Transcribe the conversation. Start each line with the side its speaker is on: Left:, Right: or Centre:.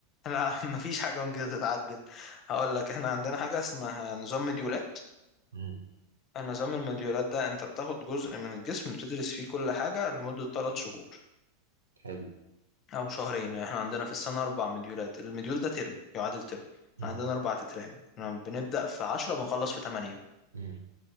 Left: لا <laughs> مفيش حاجة ممكن تتعدل هقول لك احنا عندنا حاجة اسمها نظام مديولات
Right: امم
Left: النظام المديولات ده انت بتاخد جزء من الجسم بتدرس فيه كل حاجة لمدة 3 شهور
Right: حلو
Left: او شهرين احنا عندنا في السنه اربع مديولات المديول ده ترم يعادل ترم احنا
Right: امم
Left: عندنا اربع تترام احنا بنبدا في عشرة بنخلص في تمانية
Right: امم